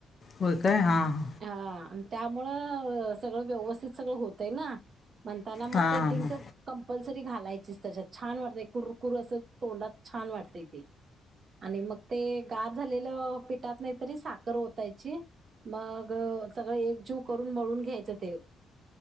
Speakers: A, on the left; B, on the right.
A: होय काय हा ह.
B: हा आणी त्यामुळं सगळं व्यवस्थित सगळं होतंय ना म्हणताना मग
A: हां
B: ते डिंक कंपल. सरी घालायचीच त्याच्यात छान वाटत कुरकुर अस तोंडात छान वाटतंय ते आणि मग ते गार झालेलं पिठात नाही तरी साखर ओतायची मग. सगळे एकजीव करून मळून घ्यायचं ते.